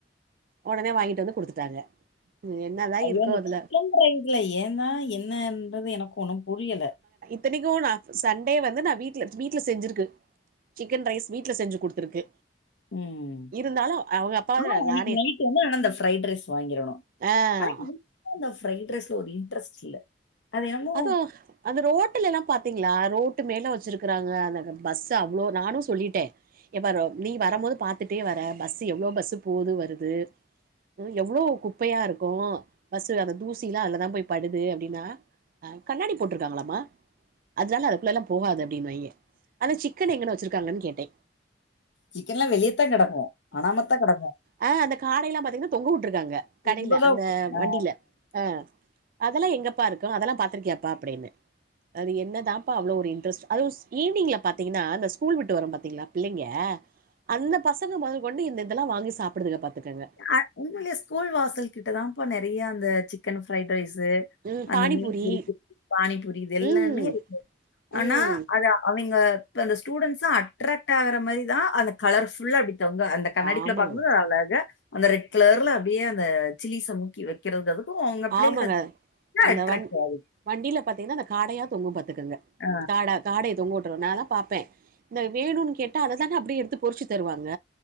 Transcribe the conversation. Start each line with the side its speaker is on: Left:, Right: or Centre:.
Right: ஒடனே வாங்கிட்டு வந்து குடுத்துட்டாங்க என்னதா
Left: ஐயோ
Right: இருக்கோ
Left: இந்த
Right: அதுல
Left: சிக்கன் ரைஸ்ல ஏன் தா என்னன்றது எனக்கு ஒண்ணும் புரியல
Right: இத்தனிக்கும் நா சண்டே வந்து நா வீட் வீட்ல செஞ்சிருக்கு சிக்கன் ரைஸ் வீட்ல செஞ்சு குடுத்துருக்கு
Left: ம்
Right: இருந்தாலு அவங்க அப்பா
Left: ஆனா அன்னைக்கு
Right: நானே
Left: நைட் வந்து அந்த ப்ரைட் ரைஸ் வாங்கிடணு
Right: ஆ
Left: ஆனா ஆனா அந்த ஃப்ரைட் ரைஸ்ல ஒரு இன்டரஸ்ட் இல்ல அது என்னமோ
Right: அதா அந்த ரோட்ல எல்லா பாத்தீங்களா ரோட் டு மேல வச்சிருக்குறாங்க அ பஸ் அவ்ளோ நானு சொல்லிட்டே இங்க பாரு நீ வரு போது பாத்துட்டே வர பஸ்சு எவ்ளோ பஸ்சு போது வருது எவ்ளோ குப்பையா இருக்கு பஸ்சு அந்த தூசிலா அதுலதா போய் படுது அப்டின்னா ஆ கண்ணாடி போட்டிருக்காங்களாமா அதனால அதுக்குள்ள எல்லா போகாத அப்டின்னு வாங்கே அந்த சிக்கன் எங்குன வச்சிருக்காங்கன்னு கேட்டே
Left: சிக்கன் எல்லா வெளியேதா கெடக்கு அனாமத்தா கெடக்கு
Right: அ அந்த காடைலா பாத்தீங்கன்னா தொங்க விட்ருக்காங்க கடையில
Left: ரொம்ப தான்
Right: அந்த
Left: ஆ.
Right: வண்டில ஆ அதெல்லா எங்கப்பா இருக்கு அதெல்லா பாத்திருக்கியாப்பா அப்டின்னு அது என்னதாப்பா அவ்ளோ ஒரு இன்ட்ரெஸ்ட் அது ஈவினிங்ல பாத்தீங்கன்னா இந்த ஸ்கூல் விட்டு வரு பாத்தீங்களா பிள்ளைங்க அந்த பசங்க முதல் கொண்டு இந்த இதெல்லா வாங்கி சாப்பிடுதுக பாத்துக்கங்க
Left: அ உண்மையிலே ஸ்கூல் வாசல்கிட்ட தாப்பா நெறைய அந்த சிக்கன் ஃரைட் ரைஸ்சு
Right: ம்
Left: அந்த
Right: பானிபூரி
Left: மீன் பொறி பானிபூரி இது எல்லாமே
Right: ம்
Left: இருக்கு ஆனா
Right: ம்
Left: அத அவங்க இப்ப அந்த ஸ்டூடெண்ட்ஸ்ஸ அட்ராக்ட் ஆகுற மாரிதா அந்த கலர்ஃபுல்லா அப்டி வங்க அந்த கண்ணாடிக்குள்ள
Right: ஆமாங்க
Left: பாக்கு போது அழகா அந்த ரெட்கலர்ல அப்டியே அந்த சிலிஸை மூக்கி வச் கிறதுக்கு அதுக்கு உங்க பிள்ளைகளுக்கு
Right: ஆமாங்க அந்த
Left: அட்ராக்ட்
Right: வண்
Left: ஆகுது
Right: வண்டியில பாத்தீங்கன்னா அந்த காடையா தொங்கு பாத்துக்குங்க
Left: ஆ
Right: காட காடய தொங்க விட்டுறு நா தா பாப்பே இந்த வேணும்ன்னு கேட்டா அததானே அப்டியே எடுத்து பொறிச்சு தருவாங்க